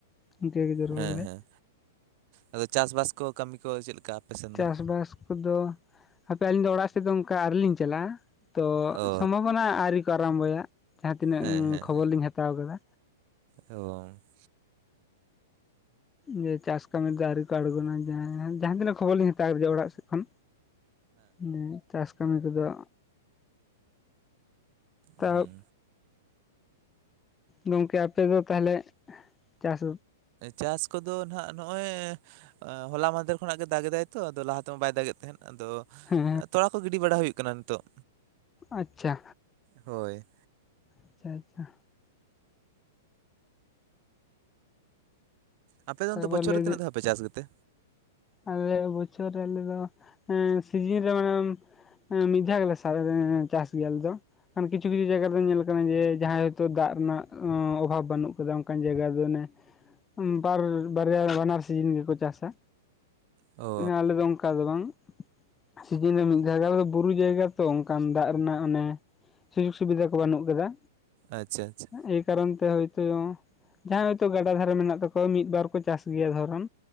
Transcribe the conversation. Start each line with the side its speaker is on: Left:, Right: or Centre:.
Left: ᱤᱱᱠᱟᱹ ᱜᱮ ᱡᱚᱨᱚ
Right: ᱦᱮᱸ
Left: ᱠᱟᱫᱟᱭ
Right: ᱦᱮᱸ ᱟᱫᱚ ᱪᱟᱥᱵᱟᱥ ᱠᱚ ᱠᱟᱹᱢᱤ ᱠᱚ ᱪᱮᱫ ᱞᱮᱠᱟ? ᱟᱯᱮ ᱥᱮᱱ
Left: ᱪᱟᱥᱵᱟᱥ
Right: ᱫᱚ?
Left: ᱠᱚᱫᱚ ᱦᱟᱯᱮ ᱟᱹᱞᱤᱧ ᱫᱚ ᱚᱲᱟᱜ ᱥᱮᱫ ᱫᱚ ᱚᱱᱠᱟ ᱟᱹᱣᱨᱤ ᱞᱤᱧ ᱪᱟᱞᱟᱜᱼᱟ ᱛᱚ
Right: ᱚ
Left: ᱥᱚᱢᱵᱷᱚᱵᱚᱱᱟ ᱟᱹᱣᱨᱤ ᱠᱚ ᱟᱨᱟᱢᱵᱚᱭᱟ ᱡᱟᱦᱟᱸᱛᱤᱱᱟᱹᱜ
Right: ᱦᱮᱸ ᱦᱮᱸ
Left: ᱠᱷᱚᱵᱚᱨ ᱞᱤᱧ ᱦᱟᱛᱟᱣ ᱟᱠᱟᱫᱟ
Right: ᱚ <inaudible>
Left: ᱡᱮ ᱪᱟᱥ ᱠᱟᱹᱢᱤ ᱨᱮ ᱫᱚ ᱟᱹᱣᱨᱤ ᱠᱚ ᱟᱬᱜᱚᱱᱟ ᱡᱟᱦᱟᱸ ᱛᱤᱱᱟᱹᱜ ᱠᱷᱚᱵᱚᱨ ᱞᱤᱧ ᱦᱟᱛᱣᱠᱟᱫᱟ ᱚᱲᱟᱜ ᱥᱮᱫ ᱠᱷᱚᱱ, ᱦᱮᱸ ᱪᱟᱥ ᱠᱟᱹᱢᱤ ᱠᱚᱫᱚ ᱛ
Right: ᱦᱩᱸ
Left: <inaudible> ᱜᱚᱝᱠᱮ ᱟᱯᱮ ᱫᱚ ᱛᱟᱦᱚᱞᱮ ᱪᱟᱥ
Right: ᱪᱟᱥ ᱠᱚᱫᱚ ᱱᱷᱟᱸᱜ ᱱᱚᱜᱼᱚᱭ ᱦᱚᱞᱟ ᱢᱟᱦᱫᱮᱨ ᱠᱷᱚᱱᱟᱜ ᱜᱮ ᱫᱟᱜ ᱮᱫᱟᱭ ᱛᱚ ᱞᱟᱦᱟ ᱛᱮᱢᱟ ᱵᱟᱭ ᱫᱟᱜ ᱮ ᱛᱟᱦᱮᱸᱫ ᱟᱫᱚ
Left: ᱦᱮᱸ
Right: ᱛᱚᱲᱟ ᱠᱚ ᱜᱤᱰᱤ ᱵᱟᱲᱟ ᱦᱩᱭᱩᱜ ᱠᱟᱱᱟ ᱱᱤᱛᱚᱜ
Left: ᱟᱪᱪᱷᱟ
Right: ᱦᱳᱭ
Left: ᱟᱪᱪᱷᱟ ᱟᱪᱪᱷᱟ
Right: ᱟᱯᱮ ᱫᱚ
Left: ᱛᱟᱨᱯᱚᱨ
Right: ᱚᱱᱛᱮ ᱵᱚᱪᱚᱨ
Left: ᱞᱟᱹᱭ
Right: ᱨᱮ ᱛᱱᱟᱹᱜ ᱫᱷᱟ ᱯᱮ ᱪᱟᱥ ᱜᱮᱛᱮ,
Left: ᱟᱞᱮ ᱵᱚᱪᱷᱚᱨ ᱨᱮ ᱟᱞᱮᱚ ᱥᱤᱡᱤᱱ ᱨᱮ ᱢᱟᱱᱮ ᱦᱮᱸ ᱢᱤᱫᱷᱟ ᱜᱮᱞ ᱥᱟᱨᱮ ᱪᱟᱥ ᱜᱮᱭᱟ ᱟᱞᱮᱫᱚ ᱠᱷᱟᱱ ᱠᱤᱪᱷᱩ ᱠᱤᱪᱷᱩ ᱡᱟᱭᱜᱟ ᱨᱮ ᱫᱚ ᱧᱮᱞ ᱠᱟᱱᱟ ᱡᱮ ᱡᱟᱦᱟᱸᱭ ᱦᱚᱭᱛᱳ ᱫᱟᱜ ᱨᱮᱱᱟᱜ ᱚᱵᱷᱟᱵ ᱵᱟᱹᱱᱩᱜ ᱟᱠᱟᱫᱟ ᱚᱱᱠᱟᱱ ᱡᱟᱭᱜᱟ ᱨᱮ ᱚᱱᱮ, ᱵᱟᱨ ᱵᱟᱨᱭᱟ ᱵᱟᱱᱟᱨ ᱥᱤᱡᱚᱱ ᱜᱮᱠᱚ ᱪᱟᱥᱟ
Right: ᱚ
Left: ᱟᱞᱮᱫᱚ ᱚᱱᱠᱟ ᱫᱚ ᱵᱟᱝ ᱥᱤᱡᱤᱱ ᱨᱮ ᱢᱤᱫ ᱡᱟᱭᱜᱟ ᱫᱚ ᱵᱩᱨᱩ ᱡᱟᱭᱜᱟ ᱛᱚ ᱚᱱᱠᱟᱱ ᱫᱟᱜ ᱨᱮᱱᱟᱜ ᱚᱱᱮ, ᱥᱩᱡᱳᱜᱽ ᱥᱩᱵᱤᱫᱷᱟ ᱠᱚ ᱵᱟᱹᱱᱩᱜ ᱟᱠᱟᱫᱟ
Right: ᱟᱪᱪᱷᱟ ᱟᱪᱪᱷᱟ
Left: ᱮᱭ ᱠᱟᱨᱚᱱ ᱛᱮ ᱦᱳᱭᱛᱚ ᱡᱟᱦᱟᱸᱭ ᱦᱚᱭᱛᱚ ᱜᱟᱰᱟ ᱫᱷᱟᱨᱮ ᱢᱮᱱᱟᱜ ᱛᱟᱠᱚᱣᱟ ᱢᱤᱫᱵᱟᱨ ᱠᱚ ᱪᱟᱥ ᱜᱮᱭᱟ ᱫᱷᱚᱨᱚᱱ